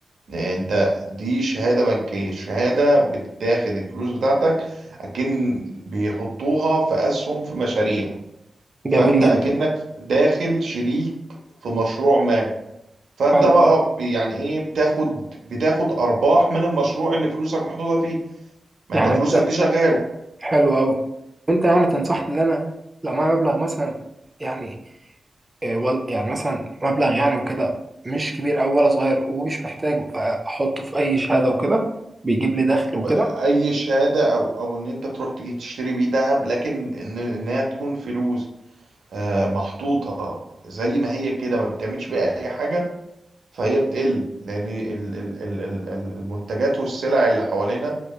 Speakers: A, on the right (about 75°); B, on the right (about 20°).
A: انت دي شهادة بنكية شهادة بتاخد الفلوس بتاعتك اكن بيحطوها في اسهم في مشاريع
B: جميل
A: فانت
B: جدا
A: اكنك داخل شريك في مشروع ما فانت
B: حلو
A: بقى
B: اه
A: ب- يعني ايه بتاخد بتاخد ارباح من المشروع اللي فلوسك محطوطة فيه ما
B: يعني
A: انت فلوسك
B: انت
A: دي شغالة
B: حلو قوي انت يعني تنصحني ان انا لو معايا مبلغ مثلا يعني آه، وال- يعني مثلا مبلغ يعني وكده مش كبير او ولا صغير ومش محتاجه احطه في اي شهاده وكده بيجيب لي دخل
A: ب-
B: وكده
A: اي شهاده او او ان انت تروح تجي تشتري بيه ذهب لكن ان انها تكون فلوس آه، محطوطه زي ما هي كده ما بتعملش بيها اي حاجه فهي بتقل لان ال- ال- ال- ال- ال- المنتجات والسلع اللي حوالينا